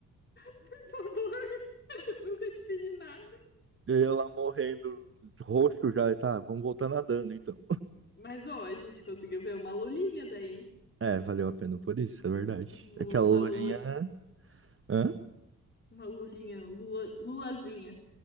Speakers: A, on the left; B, on the right.
A: Por favor, <laughs> nunca te pedi nada.
B: E eu lá morrendo, roxo já, e tá, vamos voltar nadando, então.
A: Mas, ó, a gente conseguiu ver uma lulinha daí.
B: É, valeu a pena por isso, é verdade.
A: Um-
B: Aquela
A: Uma
B: Lulinha,
A: lula,
B: hã?
A: uma lulinha, lula, lulazinha.